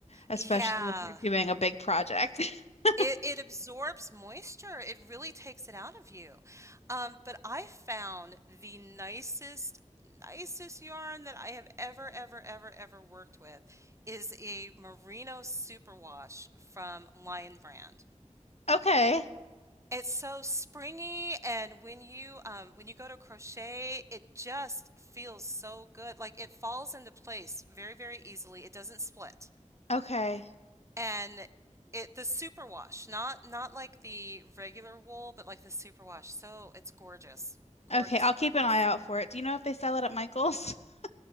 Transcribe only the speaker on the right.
yeah.
It it absorbs moisture. It really takes it out of you. Um, but I found the nicest nicest yarn that I have ever ever ever ever worked with is a Merino Superwash from Lion Brand.
It's so springy, and when you um when you go to crochet, it just feels so good. Like it falls into place very, very easily. It doesn't split.
And it the superwash, not not like the regular wool, but like the superwash. So it's gorgeous. Gorgeous,
gorgeous.